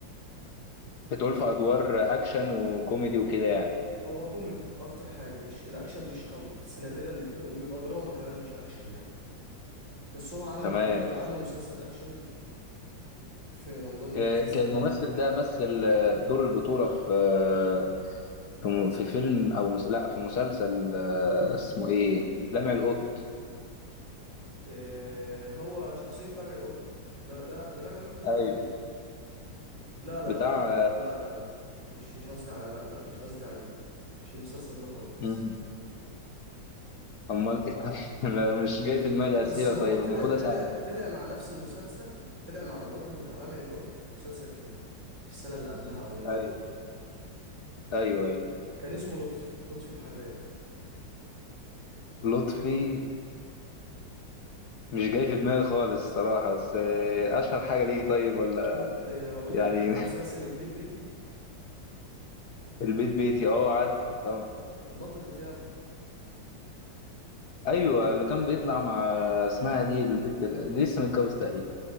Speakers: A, on the left; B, on the right.
A: بتقول في ادوار اكشن وكوميدي وكده يعني
B: هو كوميدي أكتر حاجة مش الأكشن مش قوي بس نادرا وبيبقى دراما كمان مش أكشن يعني بس هو عمل
A: تمام
B: بطولة عمل مسلسل أكشن في رمضان من
A: آه،
B: كذا سنة
A: كان الممثل
B: كده
A: ده مثل آه، دور البطولة في آه، في م- في فيلم او مس... لا في مسلسل آه، اسمه ايه لمع القط
B: آه، هو شخصية لمع القط لا لا ده لمع القط ده بتاع
A: ايوه
B: مين؟ لا لا
A: بتاع
B: لا لا لا لا لا لا مش مش قصدي على لا لا مش قصدي عليه مش المسلسل ده خالص
A: آه، امال ايه طيب <laughs> لا، مش جاي في دماغي اسئله
B: بس هو
A: طيب
B: طلع
A: المفروض
B: طلع
A: اسال عن
B: طلع مع نفس المسلسل طلع مع البطل بتاع لمع القط في مسلسل تاني في السنة اللي قبلها أو اللي بعدها
A: ايوه ايوه ايوه
B: كان اسمه لطفي لطفي الحراق
A: لطفي مش جاي في دماغي خالص الصراحه بس آه، اشهر حاجه ليه طيب ولا
B: إيه هقول
A: يعني
B: لك عارف مسلسل البيت بيتي
A: <laughs> البيت بيتي اه عارف طبعا
B: البطل بتاعه
A: ايوه اللي كان بيطلع مع اسمها دي البنت اللي لسه متجوز تقريبا